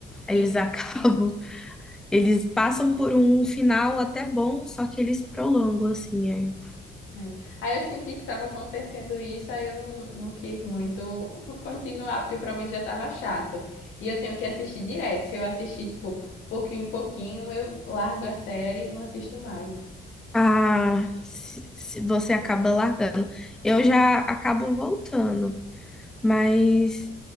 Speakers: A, in the centre; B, on the left (about 80°).
A: Eles
B: Ent-
A: <laughs> acabam, eles passam por um final até bom, só que eles prolongam assim. aí.
B: né? Aí eu senti que estava acontecendo isso, aí eu não, não quis muito <laughs> continuar, porque para mim já estava chato. E eu tenho que assistir direto. Se eu assistir, tipo, pouquinho em pouquinho, eu largo a série e não assisto mais.
A: Ah, se, se você acaba largando. Eu já acabo voltando, mas